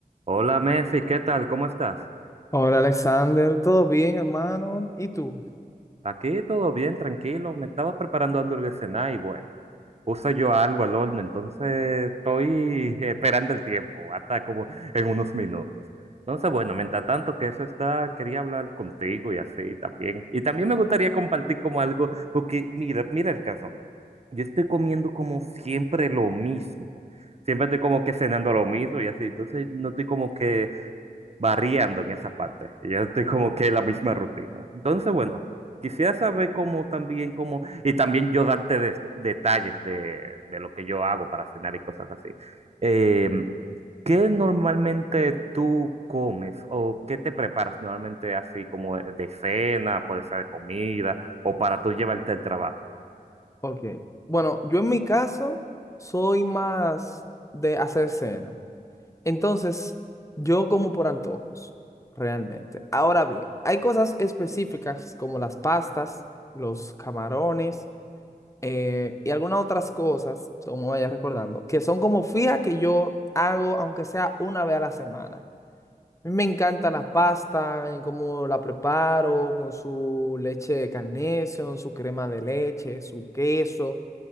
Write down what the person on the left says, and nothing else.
Hola Alexander, ¿todo bien, hermano? ¿Y tú?
Ok. Bueno, yo en mi caso soy más de hacer cena. Entonces, yo como por antojos, realmente. Ahora bien, hay cosas específicas como las pastas, los camarones eh, y algunas otras cosas, como vaya recordando, que son como fija que yo hago aunque sea una vez a la semana. A mí me encanta la pasta, eh, cómo la preparo, con su leche de Carnation, su crema de leche, su queso.